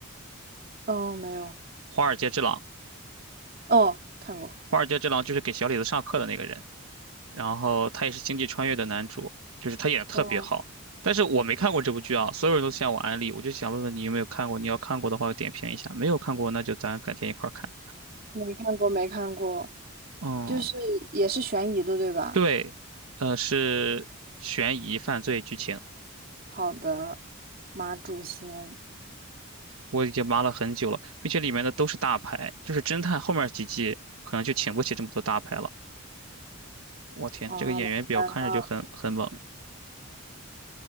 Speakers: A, on the right; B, on the right.
A: 哦，没有，
B: 《华尔街之狼》，
A: 哦，看过，
B: 《华尔街之狼》就是给小李子上课的那个人。然后他也是星际穿越的男主，就是他演的特别好。
A: 哦，
B: 但是我没看过这部剧啊，所有人都向我安利，我就想问问你有没有看过？你要看过的话，点评一下；没有看过，那就咱改天一块儿看。
A: 没看过，没看过，
B: 嗯，
A: 就是也是悬疑的，对吧？
B: 对，呃，是悬疑犯罪剧情，
A: 好的，马祖贤，
B: 我已经扒了很久了，并且里面的都是大牌，就是侦探后面几季可能就请不起这么多大牌了。我天，
A: 哦，
B: 这个演员表看着就很很猛。
A: 没看了。